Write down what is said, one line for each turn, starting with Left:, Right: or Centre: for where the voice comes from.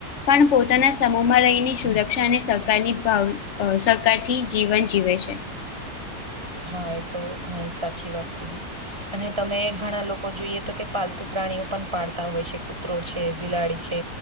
Left: પણ પોતાના સમૂહમાં રહીને સુરક્ષા અને સહકારની ભાવ અ સહકારથી જીવન જીવે છે.
Right: હા એ તો ઘણી સાચી વાત કીધી અને તમે ઘણા લોકો જોઈએ તો કે પાલતુ પ્રાણીઓ પણ પાડતા હોય છે. કૂતરો છે. બિલાડી છે.